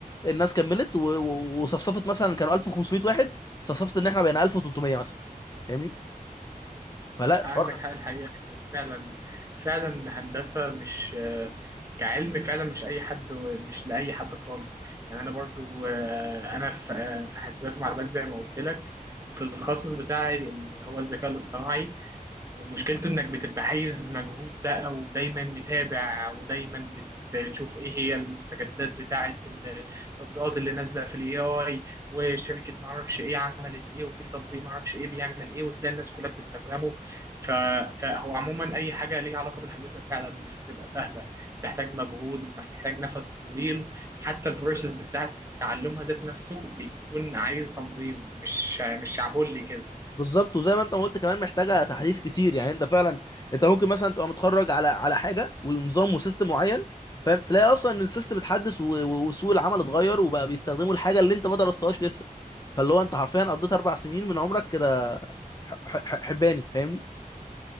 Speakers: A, on the left; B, on the right.
A: الناس كملت و- و- وصفصفت مثلا كانوا 1500 واحد صفصفت ان احنا بقينا 1300 مثلا فاهمني فلا
B: عندك
A: الحوار كان
B: حق الحقيقة فعلا فعلا هندسة مش كعلم فعلا مش أي حد مش لأي حد خالص يعني أنا برضو آه، أنا في آه، في حاسبات ومعلومات زي ما قلت لك والتخصص بتاعي ال- هو الذكاء الاصطناعي ومشكلته انك بتبقى عايز مجهود بقى ودايما متابع ودايما بتشوف ايه هي المستجدات بتاعه التطبيقات اللي نازله في الاي اي وشركه ما اعرفش ايه عملت ايه وفي تطبيق ما اعرفش ايه بيعمل ايه وتلاقي الناس كلها بتستخدمه ف... فهو عموما اي حاجه ليها علاقه بالهندسه فعلا مش بتبقى سهله بتحتاج مجهود ومحتاج نفس طويل حتى البروسيس بتاعه تعلمها ذات نفسه بيكون عايز تنظيم مش مش شعبولي كده
A: بالظبط وزي ما انت ما قلت كمان محتاجه تحديث كتير يعني انت فعلا انت ممكن مثلا تبقى متخرج على على حاجه ونظام وسيستم معين فاهم تلاقي اصلا ان السيستم اتحدث و- و- وسوق العمل اتغير وبقى بيستخدموا الحاجه اللي انت ما درستهاش لسه فاللي هو انت حرفيا قضيت اربع سنين من عمرك كده ح- ح- ح- حباني فاهمني